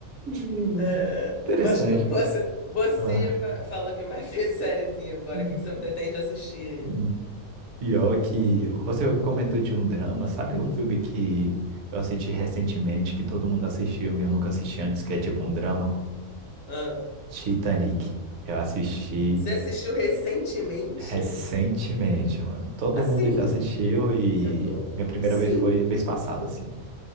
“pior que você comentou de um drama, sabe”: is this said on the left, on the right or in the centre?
Right